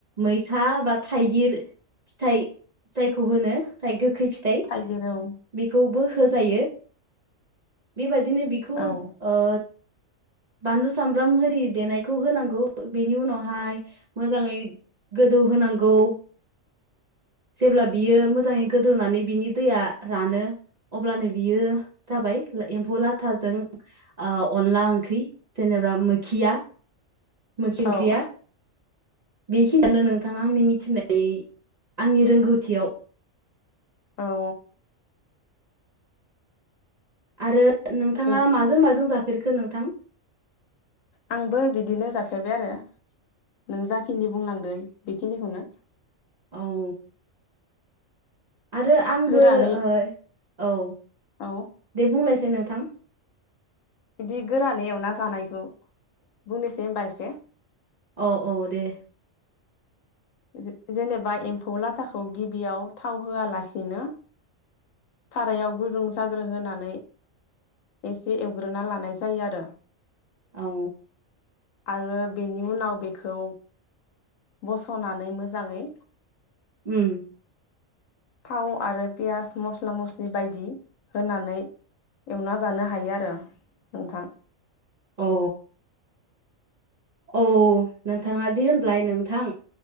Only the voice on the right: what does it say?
मै था बा थाइगिर फिथाइ जायखौ होनो जाय गो गोखै फिथाइ
बेखौबो होजायो। बेबायदिनो बिखौ
ओ बानलु सामब्राम आरि देनायखौ होनांगौ बेनि उनावहाय मोजाङै गो दौ होनांगौ जेब्ला बियो मोजाङै गोदौनानै बिनि दैया रानो अब्लानो बियो जाबाय एम्फौ लाथाजों ओ अनला ओंख्रि जेने बा मोखिया मोखि ओंख्रिया
बेखिनियानो नोंथाङा आंनि मिथिनाय आंनि रोंगौथियाव।
आरो नोंथाङा
माजों माजों जाफेरखो नोंथां
औ आरो आंबो
ओ औ
दे बुंलायसै नोंथां
औ औ दे
औ
ओम
औ औ नोंथाङा जे होनब्लाय नोंथां